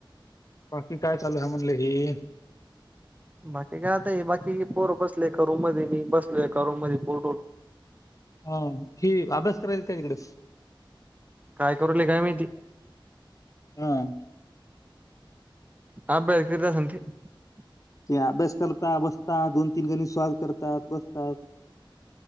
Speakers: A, on the left (about 40°); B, on the right (about 15°).
A: बाकी काय चालू आहे म्हणलं हे.
B: बाकी काय आता बाकी पोर बसल एका रूम मध्ये मी बसलो एका रूम मध्ये पोर
A: ह ही अभ्यास करायची. का तिकडे
B: काय करूले काय माहिती
A: हम
B: <inaudible>
A: हे अभ्यास करता बसता दोन तीन गणी स्वाल करतात बसतात